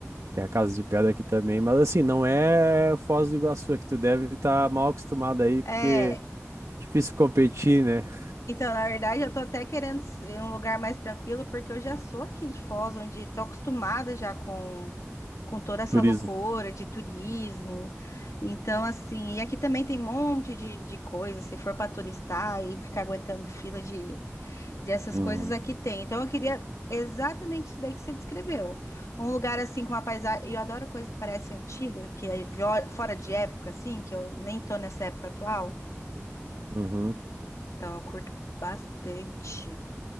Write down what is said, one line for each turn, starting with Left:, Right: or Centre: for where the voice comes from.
Right: Tem a Casa de Pedra aqui também, mas assim, não é Foz do Iguaçu, é que tu deve estar mal acostumado aí,
Left: É,
Right: porque. Difícil competir, né?
Left: Então, na verdade, eu tô até querendo s- um lugar mais tranquilo, porque eu já sou aqui de Foz, onde tô acostumada já com, com toda essa
Right: Turismo.
Left: loucura de turismo. Então, assim, e aqui também tem um monte de, de coisa, se for para turistar e ficar aguentando fila de, de essas
Right: Uhum,
Left: coisas aqui tem. Então, eu queria exatamente isso daí que você descreveu. Um lugar assim com uma paisagem, e eu adoro coisa que parece antiga, que é vio- fora de época assim, que eu nem tô nessa época atual.
Right: uhum.
Left: Então, eu curto bastante.